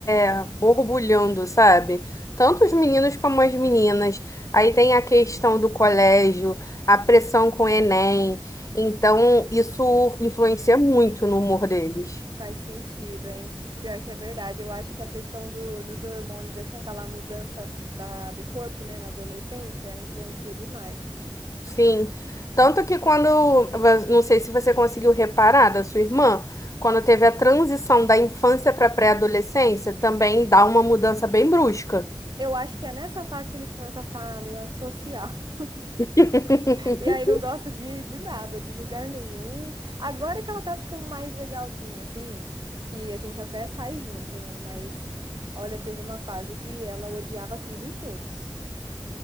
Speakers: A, on the left; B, on the right.
A: é, borbulhando, sabe? Tanto os meninos como as meninas. Aí tem a questão do colégio, a pressão com o Enem. Então, isso influencia muito no humor deles.
B: Faz sentido, hein? Pior que é verdade. Eu acho que a questão do, dos hormônios, assim, aquela mudança da, do corpo, né, na adolescência, influencia demais.
A: Sim. Tanto que quando, não sei se você conseguiu reparar da sua irmã, quando teve a transição da infância para pré-adolescência, também dá uma mudança bem brusca.
B: Eu acho que é nessa fase que eles começam a ficar meio antissocial. <laughs>
A: <laughs>
B: E aí não gosta de, de nada, de lugar nenhum. Agora que ela tá ficando mais legalzinha, assim, que a gente até sai junto, né? Mas, olha, teve uma fase que ela odiava tudo e todos.